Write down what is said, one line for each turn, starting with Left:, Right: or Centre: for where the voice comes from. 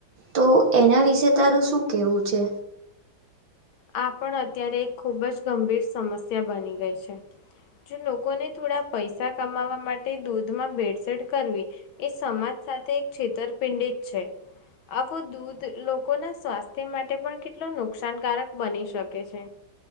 Right: તો એના વિશે તારું શું કહેવું છે.
Left: આ પણ અત્યારે એક ખુબ જ ગંભીર સમસ્યા બની ગઈ છે. જો લોકોને થોડા પૈસા કમાવા માટે દૂધમાં ભેળસેળ કરવી. એ સમાજ સાથે એક છેતરપિં છેતરપિંડી છે. આવો દૂધ લોકો ના સ્વાસ્થ્ય માટે પણ કે કેટલું નુકસાનકારક બની શકે છે.